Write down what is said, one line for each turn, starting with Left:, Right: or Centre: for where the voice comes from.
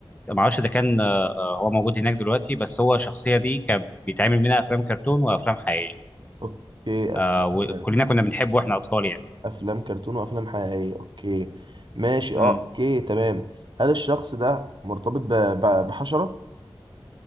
Left: ما اعرفش ده كان آه آه، هو موجود هناك دلوقتي بس هو الشخصية دي كان بيتعمل منها افلام كرتون وافلام حقيقية
Right: اوكي
Left: آه
Right: افلام
Left: وكلنا
Right: كرتون
Left: كنا بنحبه واحنا اطفال يعني
Right: افلام كرتون وافلام حقيقية اوكي ماشي
Left: مم.
Right: اه اوكي تمام هل الشخص ده مرتبط ب... ب... بحشرة؟